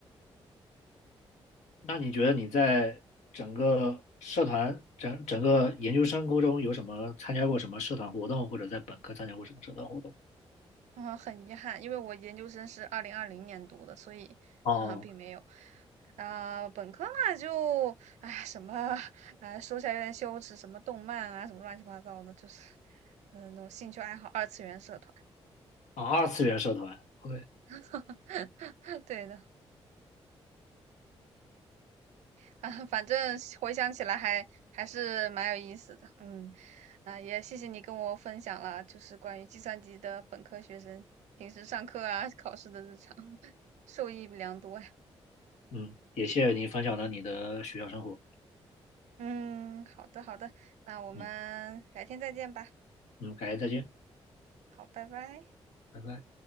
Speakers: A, on the left; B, on the right.
A: 那你觉得你在整个社团、整整个研究生沟中有什么参加过什么社团活动，或者在本科参加过什么社团活动？
B: 啊，很遗憾，因为我研究生是二零二零年读的，所以，
A: 哦，
B: 哈哈，并没有。啊、本科嘛，就哎，什么，哎，说起来有点羞耻，什么动漫啊，什么乱七八糟的，就是，嗯、呃那种兴趣爱好二次元社团。
A: 啊，二次元社团，OK，
B: <laughs> 对的，啊，反正回想起来还还是蛮有意思的。嗯，啊，也谢谢你跟我分享了，就是关于计算机的本科学生平时上课啊、考试的日常，<laughs> 受益良多呀。
A: 嗯，也谢谢你分享了你的学校生活，
B: 嗯，好的好的，那我们改天再见吧。
A: 嗯嗯，感谢再见，
B: 好，拜拜。
A: 拜拜。